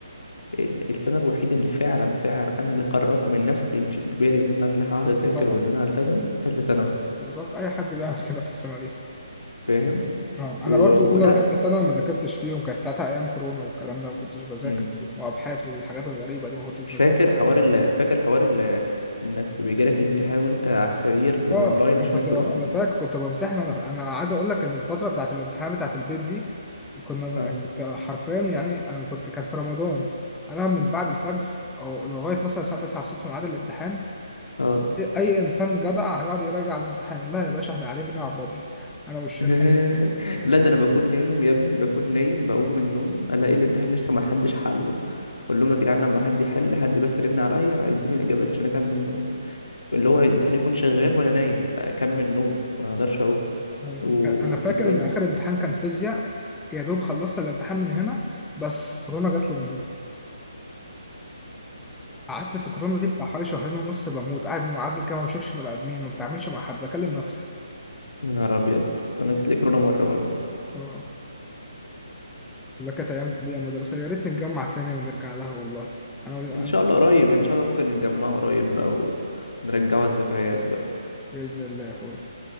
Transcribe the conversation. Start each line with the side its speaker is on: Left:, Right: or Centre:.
Left: ال- السنة الوحيدة اللي فعلا فعلا أنا اللي قررت من نفسي مش إجباري إن أنا اللي هقعد
Centre: تالتة
Left: أذاكر
Centre: ثانوي
Left: وإن أنا هلتزم تالتة ثانوي
Centre: بالظبط اي حد بيعمل كده في السنه دي
Left: فاهم
Centre: اه انا
Left: و...
Centre: برضو
Left: ولا
Centre: اولى وثانيه ثانوي ما ذاكرتش فيهم كانت ساعتها ايام كورونا والكلام ده ما كنتش بذاكر
Left: مم.
Centre: فيهم وابحاث والحاجات الغريبه دي ما كنتش بذاكر
Left: فاكر حوار ال... فاكر حوار ال... انك بيجيلك الامتحان وانت على السرير
Centre: اه
Left: اونلاين
Centre: انا
Left: عشان
Centre: كنت
Left: الكورونا
Centre: انا فاكر كنت بمتحن انا انا عايز اقول لك ان الفتره بتاعت الامتحان بتاعت البيت دي كنا
Left: اه
Centre: كنت حرفيا يعني انا كنت كان في رمضان انا من بعد الفجر او لغايه مثلا الساعه 9 الصبح ميعاد الامتحان
Left: اه
Centre: اي إنسان جدع هيقعد يراجع الامتحان لا يا باشا احنا قاعدين بنلعب بابجي انا والشله
Left: <laughs> لا ده انا بكون نايم يا ابني بكون نايم بقوم من النوم الاقي الامتحان لسه ما حدش حله اقول لهم يا جدعان لما حد يحل حد بس يرن عليا يديني الاجابات عشان اكمل نوم اللي هو الامتحان يكون شغال وانا نايم اكمل نوم ما اقدرش اقوم
Centre: أيوة.
Left: و
Centre: انا فاكر
Left: <laughs>
Centre: ان اخر امتحان كان فيزياء يا دوب خلصت الامتحان من هنا بس كورونا جات لي من هنا قعدت في كورونا دي بتاع حوالي شهرين ونص بموت قاعد منعزل كده ما بشوفش بني ادمين ما بتعاملش مع حد بكلم نفسي
Left: يا نهار ابيض انا جات لي كورونا مره برضه
Centre: اه لا كانت ايام جميله مدرسه يا ريت نتجمع تاني ونرجع لها والله انا
Left: ان شاء
Centre: أنا-
Left: الله قريب ان شاء الله ممكن نتجمع قريب بقى ونرجعوا الذكريات بقى
Centre: باذن الله يا اخويا